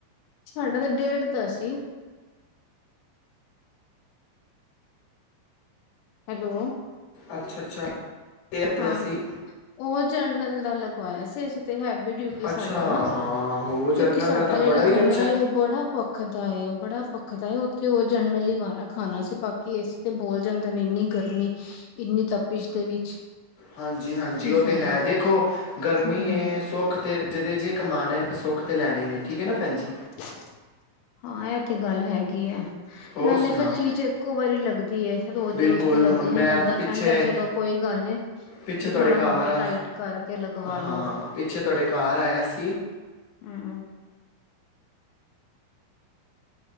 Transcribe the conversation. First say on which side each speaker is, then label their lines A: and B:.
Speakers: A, on the left; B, on the left.
A: ਸਾਡਾ ਤਾਂ ਡੇਟ ਦਾ ਸੀ। ਹੈਲੋ,
B: ਅੱਛਾ -ਅੱਛਾ। ਤੇ ਪੰਜਾ
A: ਹਾਂ
B: ਸੀ
A: ਉਹ ਜਨਰਲ ਦਾ ਲਗਵਾਇਆ ਸੀ ਅਸੀਂ ਤੇ ਹੈਵੀ ਡਿਊਟੀ ਸਾਡਾ
B: ਅੱਛਾ
A: ਨਾ
B: ਹਾਂ ਹੋ ਜਰਨਲ
A: ਕਿਉਂਕਿ ਸਾਡਾ
B: ਦਾ ਤਾਂ ਬੜਾ
A: ਜਿਹੜਾ
B: ਹੀ
A: ਕਮਰਾ
B: ਅੱਛਾ
A: ਉਹ ਬੜਾ ਭੱਖਦਾ ਉਹ ਬੜਾ ਭੱਖ ਦਾ ਉੱਥੇ ਉਹ ਜਨਰਲ ਈ ਵਾਲਾ ਖਾਣਾ ਸੀ ਬਾਕੀ ਏਸੀ ਤੇ ਬੋਲ ਜਾਂਦੇ ਨੇ ਇੰਨੀ ਗਰਮੀ ਇੰਨੀ ਤਪਿਸ਼ ਦੇ ਵਿੱਚ
B: ਹਾਂਜੀ -ਹਾਂਜੀ
A: ਕੀ
B: ਉਹ
A: ਫਾਇਦਾ
B: ਤਾਂ ਹੈ ਦੇਖੋ ਗਰਮੀ
A: ਹੂੰ
B: ਹੈ ਸੁੱਖ ਤੇ ਜਿਦੇ ਜੇ ਕਮਾਣਾ ਹੈ ਤਾਂ ਸੁੱਖ ਤਾਂ ਲੈਣੇ ਹੀ ਨੇ ਠੀਕ ਹੈ ਨਾ ਭੈਣ ਜੀ।
A: <unintelligible> ਹਾਂ ਇਹ ਤੇ ਗੱਲ ਹੈਗੀ ਆ।
B: ਹੋਰ
A: ਨਾਲੇ
B: ਸੁਣਾਓ
A: ਫੇਰ ਚੀਜ਼ ਇੱਕੋ ਵਾਰੀ ਲੱਗਦੀ ਏ ਰੋਜ਼
B: ਬਿਲਕੁਲ
A: -ਰੋਜ਼ ਤੇ ਲੱਗਦੀ
B: ਹੁਣ
A: ਨੀ
B: ਮੈਂ
A: ਬੰਦਾ
B: ਪਿੱਛੇ
A: ਕਹਿੰਦਾ ਚਲੋ ਕੋਈ ਗੱਲ ਨੀ
B: ਪਿੱਛੇ
A: ਵੀ
B: ਤੁਹਾਡੇ
A: ਥੋੜਾ
B: ਘਰ
A: ਹੱਥ
B: ਆ
A: ਟਾਈਟ ਕਰਕੇ ਲਗਵਾ
B: ਹਾਂ
A: ਲੋ।
B: ਪਿੱਛੇ ਤੁਹਾਡੇ ਘਰ ਆਇਆ ਸੀ
A: ਹੂੰ, ਹੂੰ,